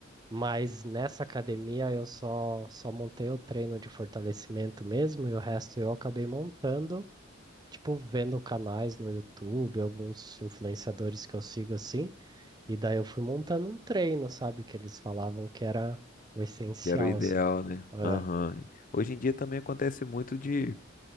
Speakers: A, on the right; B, on the left.
A: mas nessa academia eu só, só montei o treino de fortalecimento mesmo e o resto eu acabei montando, tipo, vendo canais no YouTube, alguns influenciadores que eu sigo assim. E daí eu fui montando um treino, sabe? Que eles falavam que era o essencial,
B: Que era o ideal,
A: assim.
B: né?
A: É,
B: Aham. Hoje em dia também acontece muito de